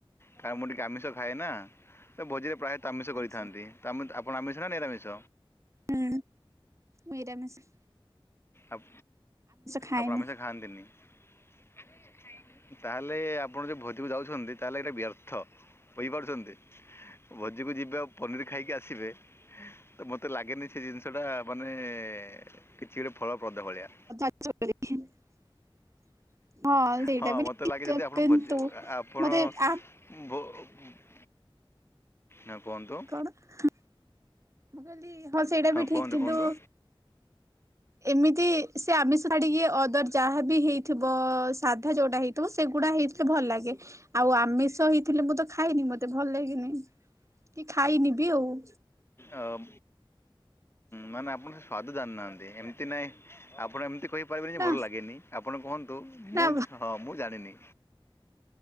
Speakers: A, on the left (about 25°); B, on the right (about 30°).
A: କାରଣ ମୁ ଟି ଆମିଷ ଖାଏନା ସେ ଭୋଜିରେ ପ୍ରାୟ ଆମିଷ କରିଥାନ୍ତି
B: ଆଚ୍ଛା
A: ତାମେ ତ ଆପଣ ଆମିଷ ନା ନିରାମିଷ।
B: ହୁଁ ମିରାମିଷ।
A: ଅପ
B: ଖାଏନି
A: ଆପଣ ଆମିଷ ଖାଆନ୍ତିନି। <unintelligible> ତାହେଲେ ଆପଣ ଯୋଉ ଭୋଜିକୁ ଯାଉଛନ୍ତି ତାହେଲେ ଏଇଟା ବ୍ୟର୍ଥ। କହିପାରୁଚନ୍ତି ଭୋଜିକୁ ଯିବେ ଆଉ ପନିର ଖାଇକି ଆସିବେ। ତ ମତେ ଲାଗେନି ସେ ଜିନିଷ ଟା ମାନେ କିଛି ଗୋଟେ ଫଳପ୍ରଦ ଭଳିଆ।
B: <unintelligible> ହଁ ସେଇଟା
A: ହଁ
B: <unintelligible>
A: ମୋତେ
B: ଟା
A: ଲାଗେ ଯଦି ଆପଣ
B: ବିନ୍ତୁ
A: ଭୋଜି ଆପଣ
B: ମେ ଆ
A: ଭୋ ଓ <unintelligible> ନା କୁହନ୍ତୁ।
B: କଣ ମୁଁ କହିଲି ହଁ ସେଇଟା ବି
A: କୁହନ୍ତୁ
B: ଠିକ କିନ୍ତୁ
A: କୁହନ୍ତୁ
B: ଏମିତି ସେ ଆମିଷ ଛାଡିକି ଅଦର ଯାହାବି ହେଇଥିବ ସାଧା ଯୋଉଟା ହେଇଥିବ। ସେଗୁଡ଼ା ହେଇଥିଲେ ଭଲ ଲାଗେ। ଆଉ ଆମିଷ ହେଇଥିଲେ ମୁଁ ତ ଖାଇନି। ମତେ ଭଲ ଲାଗେନି କି ଖାଇନି ବି ଆଉ।
A: ଅ ଉଁ ମାନେ ଆପଣ ସ୍ୱାଦ ଜାଣି ନାହାନ୍ତି ଏମିତି ନାହିଁ। ଆପଣ ଏମିତି କହିପାରିବେନି
B: ନା
A: ଭଲ ଲାଗେନି ଆପଣ କୁହନ୍ ତୁ
B: ନା
A: ମୁଁ ହଁ ମୁଁ ଜାଣିନି।